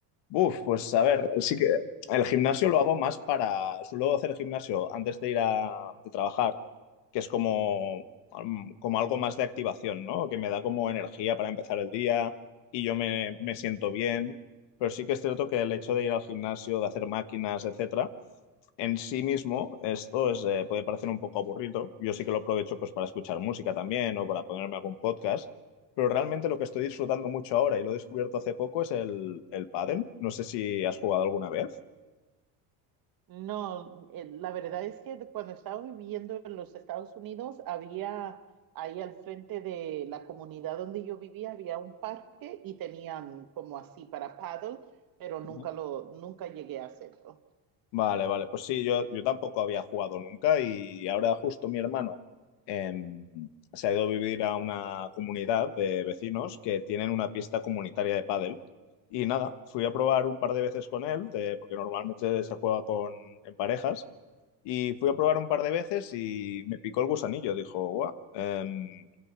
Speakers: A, on the left; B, on the right.
A: Uf, pues a ver, sí que el gimnasio lo hago más para, suelo hacer gimnasio antes de ir a de trabajar, que es como, um, como algo más de activación, ¿no? Que me da como energía para empezar el día y yo me, me siento bien, pero sí que es cierto que el hecho de ir al gimnasio, de hacer máquinas, etcétera, en sí mismo esto es, eh, puede parecer un poco aburrido. Yo sí que lo aprovecho pues para escuchar música también o para ponerme algún podcast, pero realmente lo que estoy disfrutando mucho ahora y lo he descubierto hace poco es el, el pádel. No sé si has jugado alguna vez.
B: No, eh, la verdad es que cuando estaba viviendo en los Estados Unidos, había ahí al frente de la comunidad donde yo vivía, había un parque y tenían como así para paddle, pero nunca
A: Ujú.
B: lo, nunca llegué a hacerlo.
A: Vale, vale. Pues sí, yo, yo tampoco había jugado nunca y ahora justo mi hermano em, se ha ido a vivir a una comunidad de vecinos que tienen una pista comunitaria de pádel. Y nada, fui a probar un par de veces con él, de- porque normalmente se juega con, en parejas. Y fui a probar un par de veces y me picó el gusanillo. Dijo, guau, em,